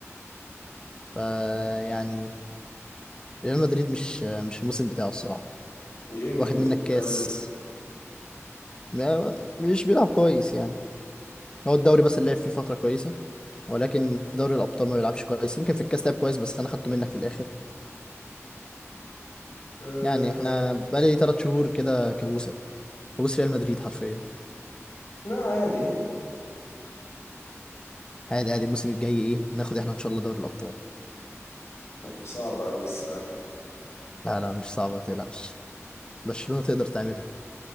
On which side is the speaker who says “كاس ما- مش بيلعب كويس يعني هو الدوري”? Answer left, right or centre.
Left